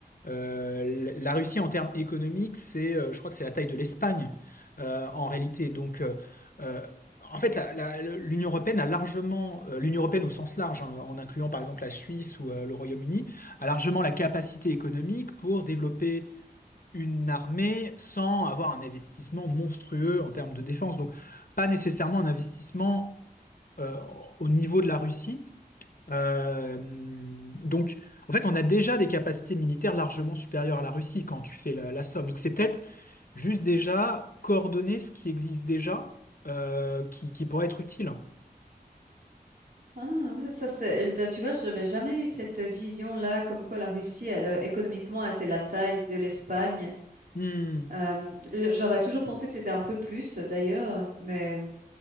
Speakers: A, on the left; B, on the right.
A: euh, la Russie en termes économiques, c'est, euh, je crois que c'est la taille de l'Espagne euh, en réalité. Donc, euh, euh, en fait, la- la- l'Union européenne a largement, euh, l'Union européenne au sens large, hein, en incluant par exemple la Suisse ou euh, le Royaume-Uni, a largement la capacité économique pour développer une armée sans avoir un investissement monstrueux en termes de défense. Donc, pas nécessairement un investissement euh, au niveau de la Russie. Euh, donc, en fait, on a déjà des capacités militaires largement supérieures à la Russie quand tu fais la, la somme. Donc, c'est peut-être juste déjà coordonner ce qui existe déjà, euh, qui, qui pourrait être utile.
B: Ah ouais, ça c'est. euh, Bah tu vois, j'avais jamais eu cette vision-là, comme quoi la Russie euh, économiquement était la taille de l'Espagne.
A: Hmm,
B: Euh, j- j'aurais toujours pensé que c'était un peu plus, d'ailleurs, mais.